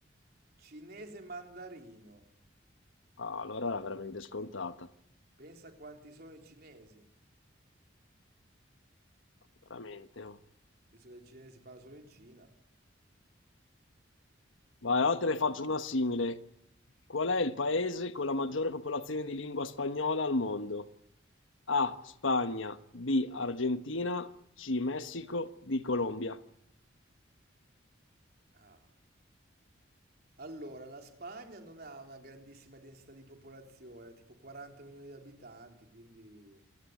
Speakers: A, on the right; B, on the left.
A: Cinese mandarino.
B: Ah, allora era veramente scontata.
A: Pensa quanti sono i cinesi,
B: Veramente. oh.
A: visto che il cinese si parla solo in Cina.
B: Vai, ora te ne faccio una simile. Qual è il paese con la maggiore popolazione di lingua spagnola al mondo? A. Spagna, B. Argentina, C. Messico, D. Colombia.
A: Ah. Allora, la Spagna non ha una grandissima densità di popolazione, tipo 40 milioni di abitanti, quindi